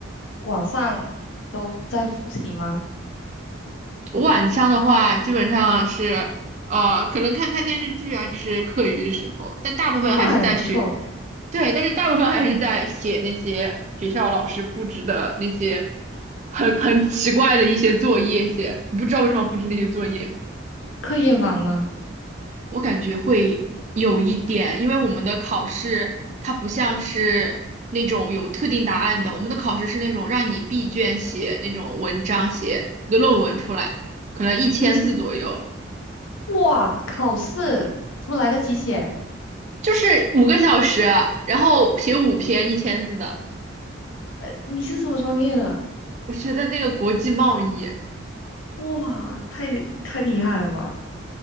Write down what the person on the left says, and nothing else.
晚上都在复习吗？
哦那还不错。
课业忙吗？
你是哇，考试怎么来得及写？
呃，你是什么专业的？
哇，太太厉害了吧！